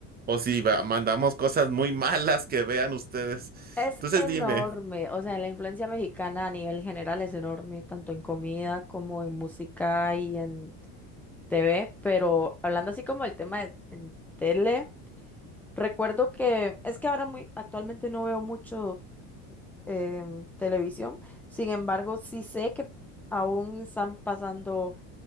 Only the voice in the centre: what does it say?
es
enorme,
o sea, la influencia mexicana a nivel general es enorme, tanto en comida como en música y en TV, pero hablando así como el tema de- en tele, recuerdo que es que ahora muy actualmente no veo mucho em, televisión, sin embargo, sí sé que aún están pasando,